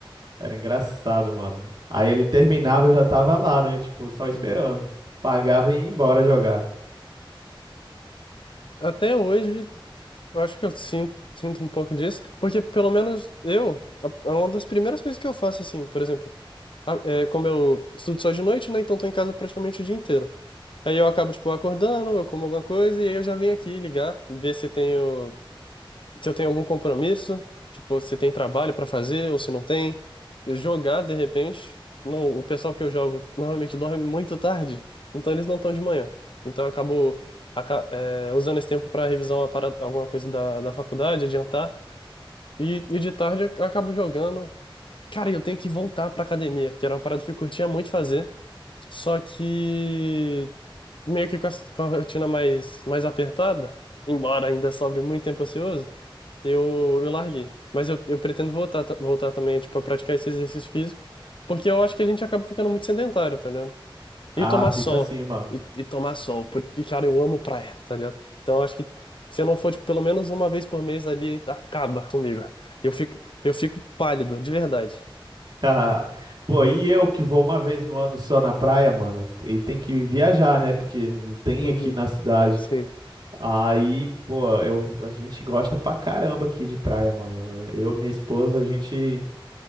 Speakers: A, on the right; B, on the left.
A: Era engraçado, mano. Aí ele terminava, eu já tava lá, né? Tipo, só esperando.
B: Uhum.
A: Pagava e ia embora jogar.
B: Até hoje, eu acho que eu sinto, sinto um pouco disso, porque pelo menos eu, a- é uma das primeiras coisas que eu faço, assim, por exemplo. a- é, como eu estudo só de noite, né? Então tô em casa praticamente o dia inteiro. Aí eu acabo, tipo, acordando, eu como alguma coisa e aí eu já venho aqui ligar, ver se tenho, se eu tenho algum compromisso, tipo, se tem trabalho pra fazer ou se não tem. Jogar, de repente, não, o pessoal que eu jogo normalmente dorme muito tarde, então eles não estão de manhã. Então eu acabo, aca- é, usando esse tempo pra revisar uma parada- alguma coisa da, da faculdade, adiantar. E, e de tarde eu acabo jogando cara, eu tenho que voltar pra academia, que era uma parada que eu curtia muito fazer, só que meio que com a, com a rotina mais, mais apertada, embora ainda sobre muito tempo ocioso, eu, eu larguei. Mas eu, eu pretendo voltar, ta- voltar também, tipo, a praticar esse exercício físico, porque eu acho que a gente acaba ficando muito sedentário, tá ligado?
A: Ah,
B: E tomar
A: fica
B: sol,
A: assim, mano.
B: e, e tomar sol, porque, cara, eu amo praia, tá ligado? Então, eu acho que se eu não for, tipo, pelo menos uma vez por mês ali, acaba comigo. Eu fico, eu fico pálido, de verdade.
A: <laughs> Pô, e eu que vou uma vez no ano só na praia, mano, e tem que viajar, né? Porque não tem
B: Uhum.
A: aqui na cidade.
B: Sim.
A: Aí, pô, eu, a gente gosta pra caramba aqui de praia, mano. Eu e minha esposa, a gente.